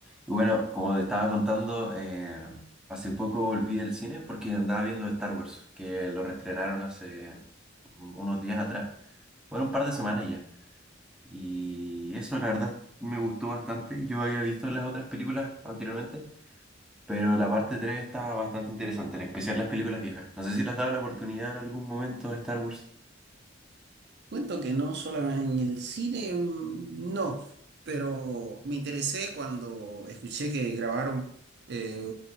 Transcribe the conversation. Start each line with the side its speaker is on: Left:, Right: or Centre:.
Centre: Y Bueno, como te estaba contando, eh, hace poco volví del cine porque andaba viendo Star Wars, que lo reestrenaron hace un- unos días atrás, bueno, un par de semanas ya. Y eso la verdad me gustó bastante. Yo había visto las otras películas anteriormente, pero la parte 3 está bastante interesante, en especial las películas viejas. No sé si las has dado la oportunidad en algún momento de Star Wars.
Right: Cuento que no solamente en el cine, mm, no, pero me interesé cuando escuché que grabaron eh,